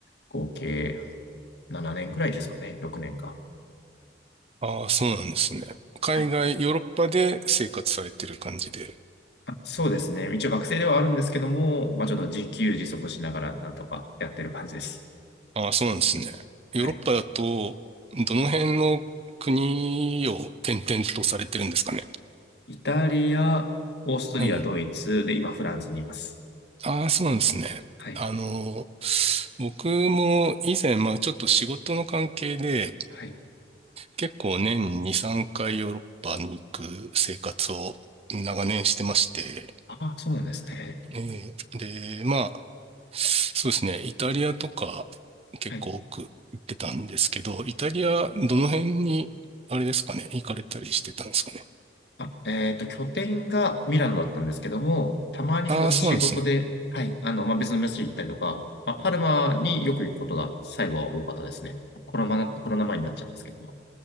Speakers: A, on the left (about 60°); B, on the right (about 35°).
A: 合計7年くらいですかね。6年か。
B: ああ、そうなんですね。海外、
A: はい。
B: ヨーロッパで生活されてる感じで。
A: あそうですね。一応学生ではあるんですけども、まあ、ちょっと自給自足しながらなんとかやってる感じです。
B: ああ、そうなんですね。ヨーロッパだと、
A: はい。
B: どの辺の国を転々とされてるんですかね。
A: イタリア、オーストリア、
B: はい。
A: ドイツ、で、今フランスにいます。
B: ああ、そうなんですね。
A: はい。
B: あの、僕も以前、まあちょっと仕事の関係で、
A: はい。
B: 結構年2、3回ヨーロッパに行く生活を長年してまして、
A: ああ、そうなんですね。
B: えーで、まあ、そうですね、イタリアとか結構多く行ってたんですけど、
A: はい
B: イタリアどの辺に、あれですかね、行かれたりしてたんですかね。
A: あ、えっと、拠点がミラノだったんですけども、たまにその仕事で、
B: ああ、そうなんですね。
A: はい、あの、まあ、別の街に行ったりとか、まあ、パルマによく行くことが最後は多かったですね。コロナ、コロナ前になっちゃうんですけども。